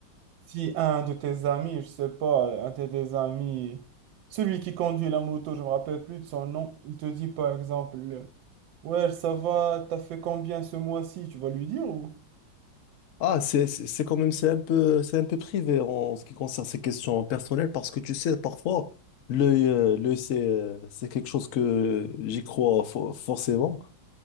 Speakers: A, on the right (about 80°); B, on the left (about 55°).
A: si un de tes amis, je sais pas, un de tes amis, celui qui conduit la moto, je me rappelle plus de son nom, il te dit par exemple, ouais, ça va, t'as fait combien ce mois-ci? Tu vas lui dire ou?
B: Ah, c'est c'est- c'est quand même, c'est un peu, c'est un peu privé en ce qui concerne ces questions personnelles parce que tu sais, parfois, l'œil, euh, l'œil, c'est euh, c'est quelque chose que j'y crois fo- forcément.